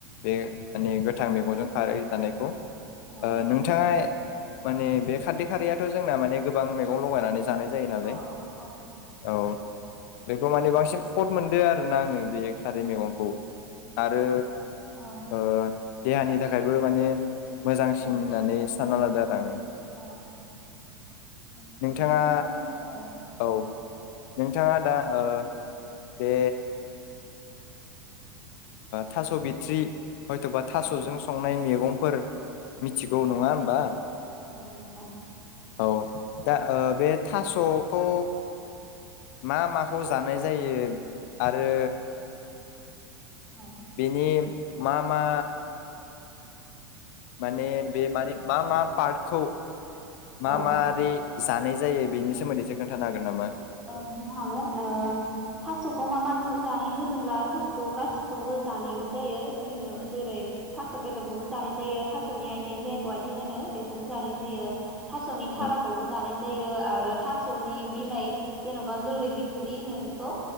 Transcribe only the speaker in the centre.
अ
औ नंगौ
बिदि
औ
बिदिनो औ
औ
औ
बिदिनो जोङो औ
औ
औ
औ नोंथां
औ
औ
ओन्थानो हागोन ओ थास'खौ मा माजों जानाय होनोब्ला थास'खौ गासिखौबो जानायानो जायो जेन जेरै थास' बेदरखौबो जानाय जायो थास'नि आयथें जायखौ आयथें होनो बेखौबो जानाय जायो थास'नि
थाराखौबो जानाय जायो आरो थास'नि बिलाइ जेनबा गोल्लै बिथुरि होनो बिखौ